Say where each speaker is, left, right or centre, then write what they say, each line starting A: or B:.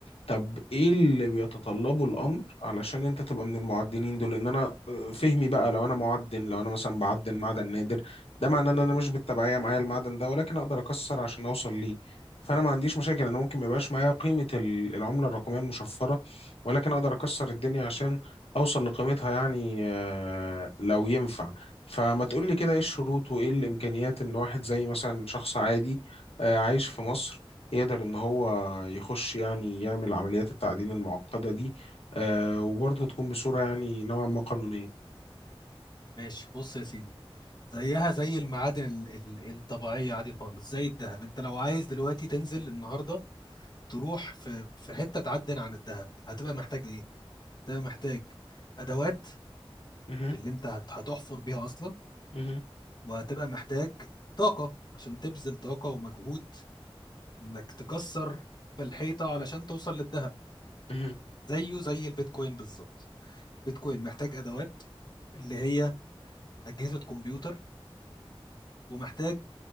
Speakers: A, on the left (about 80°); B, on the left (about 45°).
A: طب إيه اللي بيتطلبه الأمر علشان أنت تبقى من المعدنين دول إن أنا آه، فهمي بقى لو أنا معدن لو أنا مثلا بعدن معدن نادر ده معناه ان انا مش بالتبعيه معايا المعدن ده ولكن اقدر اكسر عشان اوصل ليه فانا ما عنديش مشاكل انا ممكن ما يبقاش معايا قيمه ال- العمله الرقميه المشفره ولكن اقدر اكسر الدنيا عشان اوصل لقيمتها يعني آه، لو ينفع فما تقول لي كده ايه الشروط وايه الامكانيات ان واحد زي مثلا شخص عادي آه، عايش في مصر يقدر ان هو يخش يعني يعمل عمليات التعدين المعقده دي آه، وبرضه تكون بصوره يعني نوعا ما قانونيه
B: ماشي بص يا سيدي زيها زي المعادن ال... ال... الطبيعية عادي خالص زي الذهب انت لو عايز دلوقتي تنزل النهاردة تروح في في حتة تعدن عن الذهب هتبقى محتاج ايه؟ هتبقى محتاج ادوات
A: مهم.
B: اللي انت هت... هتحفر بيها اصلا
A: مهم.
B: وهتبقى محتاج طاقة عشان تبذل طاقة ومجهود انك تكسر في الحيطة علشان توصل للذهب
A: مهم.
B: زيه زي البيتكوين بالظبط بيتكوين محتاج ادوات اللي هي اجهزه كمبيوتر ومحتاج